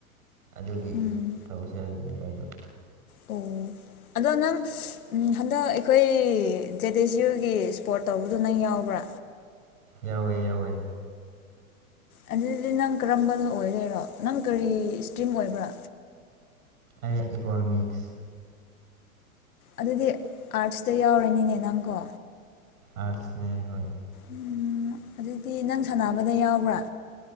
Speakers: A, on the right (about 75°); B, on the left (about 75°).
A: ꯑꯗꯨꯒꯤ
B: ꯎꯝ
A: ꯇꯧꯁꯦ ꯍꯥꯏꯕꯅꯤꯗ ꯑꯗꯣ
B: ꯑꯣ ꯑꯗꯣ ꯅꯪ ꯍꯟꯗꯛ ꯑꯩꯈꯣꯏ ꯖꯦꯗꯤꯁ ꯌꯨꯒꯤ ꯏꯁ꯭ꯄꯣꯔꯠ ꯇꯧꯕꯗꯨ ꯅꯪ ꯌꯥꯎꯕ꯭ꯔꯥ
A: ꯌꯥꯎꯋꯦ ꯌꯥꯎꯋꯦ
B: ꯑꯗꯨꯗꯤ ꯅꯪ ꯀꯔꯝꯕꯅ ꯑꯣꯏꯔꯦꯔꯣ ꯅꯪ ꯀꯔꯤ ꯏꯁꯇ꯭ꯔꯤꯝ ꯑꯣꯏꯕ꯭ꯔꯥ
A: ꯑꯩ ꯏꯀꯣꯅꯣꯃꯤꯛꯁ
B: ꯑꯗꯨꯗꯤ ꯑꯥꯔꯠꯁꯇ ꯌꯥꯎꯔꯅꯤꯅꯦ ꯅꯪꯀꯣ
A: ꯑꯔꯠꯁꯅꯦ ꯍꯣꯏ
B: ꯎꯝ ꯑꯗꯨꯗꯤ ꯅꯪ ꯁꯥꯟꯅꯕꯗ ꯌꯥꯎꯕ꯭ꯔꯥ